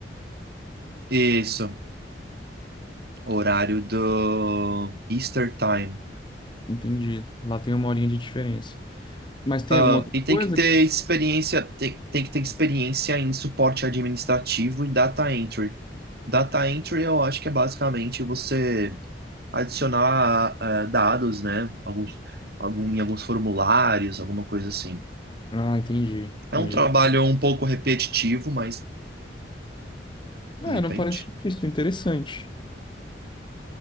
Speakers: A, on the right; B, on the left.
A: isso, horário do Easter Time.
B: Entendi. Lá tem uma horinha de diferença. Mas tem
A: Ah,
B: alguma outra
A: e
B: coisa?
A: tem que ter experiência, tem, tem que ter experiência em suporte administrativo e data entry. Data entry eu acho que é basicamente você adicionar ah, dados, né? Alguns, algum, em alguns formulários, alguma coisa assim.
B: Ah, entendi,
A: É
B: entendi.
A: um trabalho um pouco repetitivo, mas
B: É,
A: de repente.
B: não parece difícil, interessante.